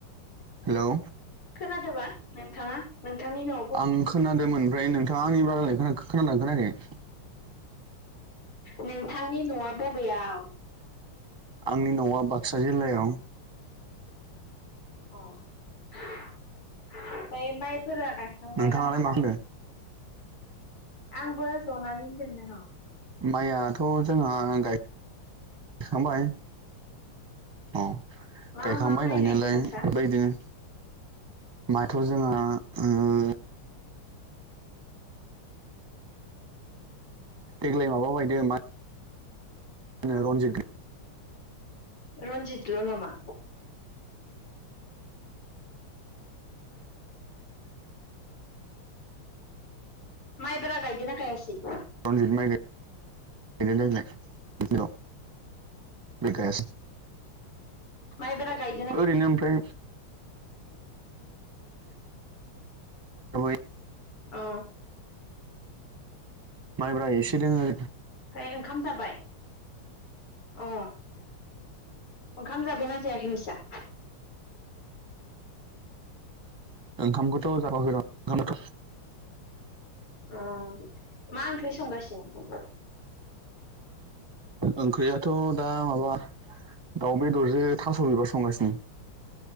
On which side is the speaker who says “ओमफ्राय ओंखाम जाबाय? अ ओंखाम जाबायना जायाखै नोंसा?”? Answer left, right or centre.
Left